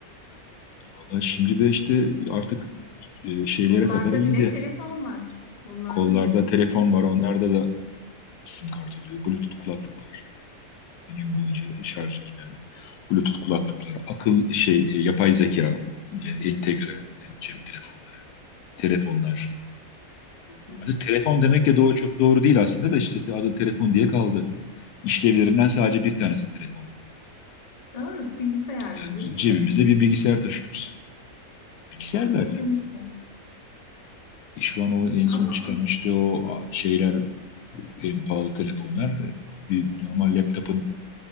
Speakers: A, on the left (about 80°); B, on the left (about 40°).
A: Valla şimdi de işte artık e, şeylere
B: Kollarda
A: kadar indi.
B: bile telefon var. Kollarda
A: Kollarda
B: düşünsene.
A: telefon var, onlarda da sim kart oluyor. Bluetooth kulaklıklar. Bir gün boyunca şarjı giden Bluetooth kulaklıklar. Akıl şey, e, yapay zeka ile entegre te- cep telefonları, telefonlar.
B: Hı hı.
A: Hadi telefon demek
B: E,
A: de doğru, çok doğru değil aslında da işte te- adı telefon diye kaldı. İşlevlerinden sadece bir tanesi telefon.
B: doğru. Bilgisayar
A: Yani
B: gibi bir şey.
A: cebimizde bir bilgisayar taşıyoruz. Bilgisayar zaten.
B: Kesinlikle.
A: Şu an o en
B: Ama
A: son çıkan işte o şeyler e, en pahalı telefonlar e, bir normal laptopun